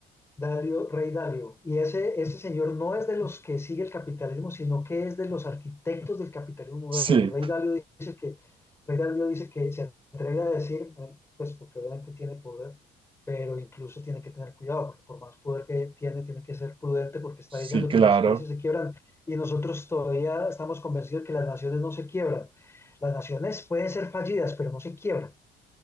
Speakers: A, on the left; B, on the right.
A: Dalio, Rey Dalio. Y ese, ese señor no es de los que sigue el capitalismo, sino que es de los arquitectos del capitalismo moderno.
B: sí,
A: Rey Dalio dice que, Rey Dalio dice que se atreve a decir, eh, pues porque obviamente tiene poder, pero incluso tiene que tener cuidado, porque por más poder que tiene, tiene que ser prudente porque está
B: sí,
A: diciendo
B: claro.
A: que los países se quiebran y nosotros todavía estamos convencidos que las naciones no se quiebran. Las naciones pueden ser fallidas, pero no se quiebran.